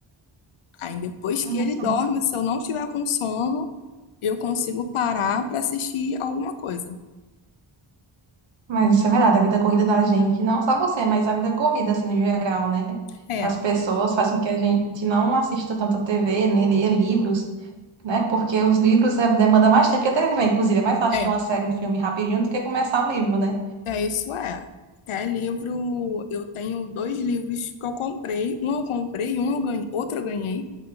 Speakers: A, on the left; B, on the right.
A: Aí depois que
B: Nossa.
A: ele dorme, se eu não tiver com sono, eu consigo parar para assistir alguma coisa.
B: Mas isso é verdade, a vida corrida da gente, não só você, mas a vida corrida, assim, no geral, né?
A: É,
B: Das pessoas faz com que a gente não assista tanto a TV, nem leia livros, né? Porque os livros é, demanda mais tempo que a TV, inclusive. É mais fácil assistir
A: é,
B: uma série, um filme rapidinho do que começar um livro, né?
A: é isso é. Até livro, eu tenho dois livros que eu comprei, um eu comprei, um eu ganhei, outro eu ganhei,